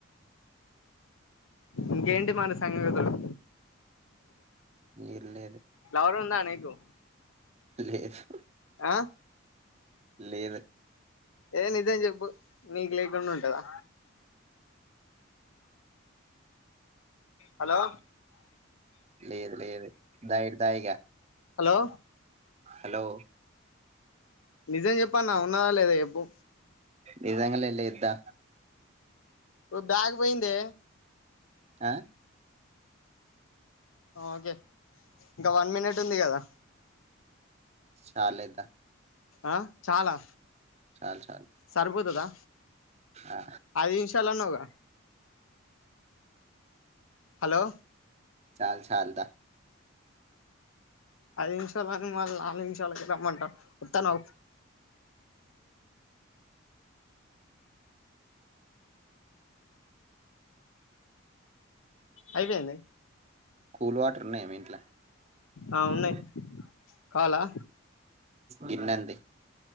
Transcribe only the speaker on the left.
ఇంకేంటి మన సంగదులు
పనుంధ నికు
ఆ
ఏ నిజం చెప్పు నీకు లేకుండా ఉంటదా హలో
హలో
నిజం చెప్పన్నా ఉన్నదా లేదా చెప్పు
ఒ బ్యాగ్ పోయింధే
ఓకే ఇంకా వన్ మినిట్ ఉంది కదా
ఆ చాలా
సరిపోతుదా
అది ఇన్షాలనవుగా హలో
ఐదు నిమిషాలని మళ్ళీ నాలుగు నిమిషాలకి రమ్మంటారు వత్తాను అయిపోయింది
ఆ ఉన్నాయి
కావాలా